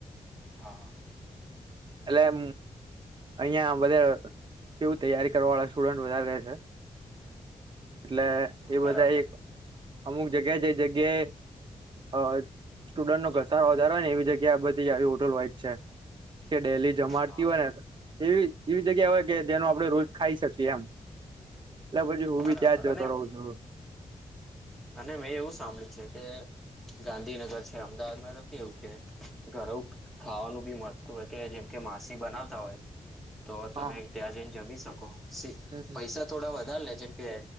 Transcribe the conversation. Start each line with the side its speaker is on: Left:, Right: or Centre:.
Centre: હા
Right: એલે હ. અહિયાં બધા કેવું તૈયારી કરવાવાળા સ્ટુડન્ટ વધારે રહે છે. એટલે એ
Centre: બરાબર
Right: બધા એક અમુક જગ્યા જે જગ્યાએ હજ. સ્ટુડન્ટનો ઘસારો વધારે હોય ને એવી જગ્યા બધી આવી હોટલ હોય જ છે. કે ડેલી જમાડતી
Centre: હા
Right: હોય ને એવી એવી જગ્યા હોય કે જેનો આપણેે રોજ ખાઈ શકીએ એમ. એટલે પછી હું
Centre: બરાબર
Right: બી ત્યાં જ
Centre: અને
Right: જતો રહું છું.
Centre: અને મેં એવું સાંભળ્યું છે કે ગાંધીનગર છે અમદાવાદમાં તો કેવું કે ઘરઉ ખાવાનું બી મળતું હોય કે જેમ કે માસી બનાવતા હોય તો
Right: હા
Centre: તમે ત્યાં જઈને જમી શકો
Right: હમ હમ
Centre: પૈસા થોડા વધારે લે. જેમ કે